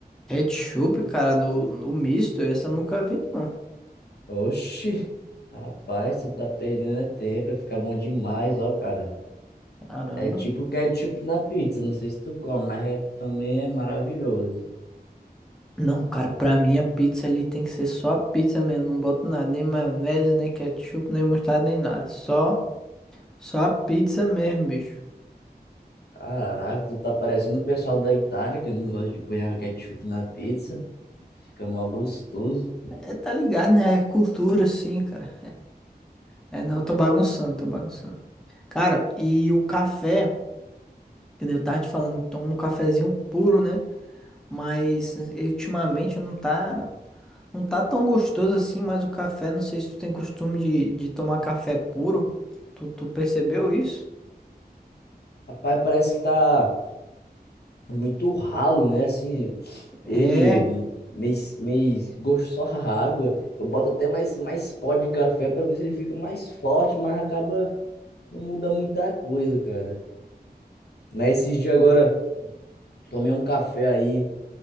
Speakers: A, in the centre; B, on the left.
A: Ketchup, cara, no, no misto, essa eu nunca vi, não.
B: Oxi, rapaz, tu tá perdendo é tempo, vai ficar bom demais, ó, cara.
A: Caramba.
B: É tipo ketchup na pizza, não sei se tu come, mas é- também é maravilhoso.
A: Não, cara, pra mim a pizza ali tem que ser só a pizza mesmo, não boto nada, nem maionese, nem ketchup, nem mostarda, nem nada. Só, só a pizza mesmo, bicho.
B: Caraca, tu tá parecendo o pessoal da Itália, que não gosta de pôr ketchup na pizza. Fica mó gostoso.
A: É, tá ligado, né? É cultura, sim, cara. É, não, eu tô bagunçando, tô bagunçando. Cara, e o café, que nem eu tava te falando, tomo um cafezinho puro, né? Mas eh, ultimamente não tá, não tá tão gostoso assim, mas o café, não sei se tu tem costume de, de tomar café puro. Tu, tu percebeu isso?
B: Rapaz, parece que tá muito ralo, né? Assim,
A: É.
B: ele meio, meio gosto só a água. Eu boto até mais, mais pó de café pra ver se ele fica mais forte, mas acaba não muda muita coisa, cara. Mas esses dias agora, tomei um café aí.